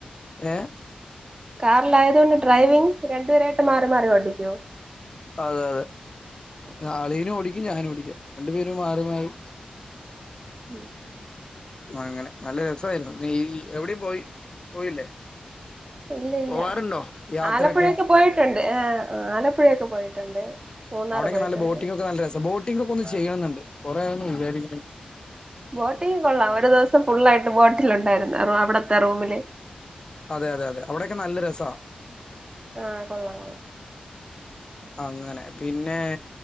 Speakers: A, on the left (about 30°); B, on the right (about 30°).
A: ഏഹ്
B: കാറിലായതുകൊണ്ട് ഡ്രൈവിങ് രണ്ടുപേരായിട്ട് മാറി മാറി ഓട്ടിക്കോ
A: അതെ അതെ,
B: ഉം
A: അളിയനും ഓടിക്കും ഞാനും ഓടിക്കും രണ്ടു പേരും മാറി മാറി
B: <inaudible>
A: ഓ അങ്ങനെ, നല്ല രസമായിരുന്നു ഈ എവിടിം പോയി പോയില്ലേ
B: ഇല്ല, ഇല്ല
A: പോവാറുണ്ടോ യാത്രയൊക്കെ
B: ആലപ്പുഴയൊക്കെ പോയിട്ടുണ്ട്, ഏഹ് ആലപ്പുഴയൊക്കെ പോയിട്ടുണ്ട്. മൂന്നാറ്
A: അവിടെയൊക്കെ
B: പോയിട്ടുണ്ട്
A: നല്ല ബോട്ടിംഗ് ഒക്കെ നല്ല രസാ, ബോട്ടിംഗ് ഒക്കെ ഒന്ന്
B: ആ
A: ചെയ്യണന്നുണ്ട് കുറേ ആയത് വിചാരിക്ക്‌ണ്
B: ബോട്ടിംഗ് കൊള്ളാം ഒരു ദിവസം ഫുള്ളായിട്ട് ബോട്ടിലുണ്ടായിരുന്നു അവിടത്തെ റൂമില്
A: അതെ, അതെ, അതെ അവിടെയൊക്കെ നല്ല രസാ
B: ആഹ് കൊള്ളാം കൊള്ളാം
A: അങ്ങനെ, പിന്നെ